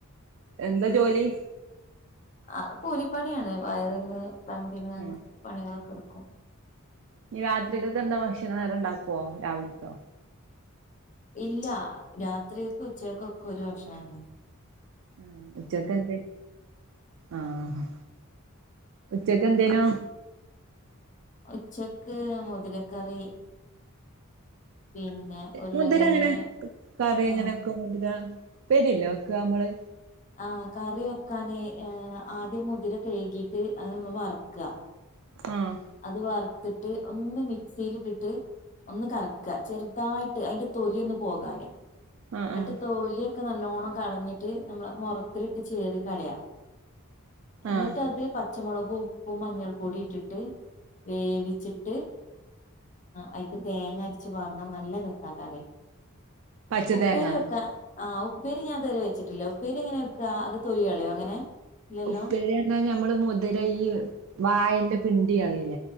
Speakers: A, on the right (about 65°); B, on the left (about 35°).
A: എന്താ ജോലി
B: ആഹ് കൂലി പണിയാണ് വയറിംഗ് പ്ലംബിങ്
A: ആഹ്
B: പണികളെക്കെ എടുക്കും
A: ഇനി രാത്രിത്തലേക്ക് എന്താ ഭക്ഷണം വേറെ ഉണ്ടാക്കുമോ രാവിലത്തെ
B: ഇല്യാ രാത്രിയിലത്തേക്കും ഉച്ചക്കേക്കും ഒക്കെ ഒരേ ഭക്ഷണം തന്നെ
A: ഉം ഉച്ചക്ക് എന്തേ ആഹ് ഉച്ചക്കെന്തിനു
B: ഉച്ചക്ക് മുതിരക്കറി പിന്നെ ഉരുളകിഴങ്ങ്
A: മുതിര എങ്ങനാ മുതിര
B: ആ
A: എങ്ങനെ കറിവെക്കും മുതിരാ പേടിയില്ലേ ഓൾക് നമ്മള്
B: ആ കറിവെക്കാന് ആദ്യം മുതിര കഴുകിയിട്ട് അത് വറുക്കാ
A: ആഹ്
B: അത് വർത് ട്ട് ഒന്ന് മിക്സിയിൽ ഇട്ടിട്ട് ഒന്ന് കറക്കാ ചെറുതായി അതിൻ്റെ തൊലി ഒന്നു പോകാന്
A: ആഹ് ആഹ്
B: എന്നിട്ട് തൊലിയെക്കെ നല്ലേണം <unintelligible> കളഞ്ഞിട്ട് നമ്മടെ മോറത്തിലിട്ട് ചേറി കളയാം എന്നിട്ട്
A: ആഹ്
B: അത് പ പച്ചമുളകും ഉപ്പും മഞ്ഞൾ പൊടിയും ഇട്ടിട്ട് വേവിച്ചിട്ട് അയിക്ക് തേങ്ങ അരച്ച് പാർന്ന നല്ല രസ കറി
A: പച്ച
B: ഉപ്പേരി
A: തേങ്ങ
B: വെക്കാൻ ആഹ് ഉ ഉപ്പേരി ഞാൻ ഇതുവരെ വെച്ചിട്ടില്ല ഉപ്പേരി എങ്ങനാ വെക്കാ അത് തൊലി കളയുവോ അങ്ങനെ ഇല്ലല്ലോ
A: ഉപ്പേരി എണ്ണാൻ ഞമ്മള് മുതിരയ്യ് വായെന്റെ പിണ്ടി <unintelligible> <unintelligible>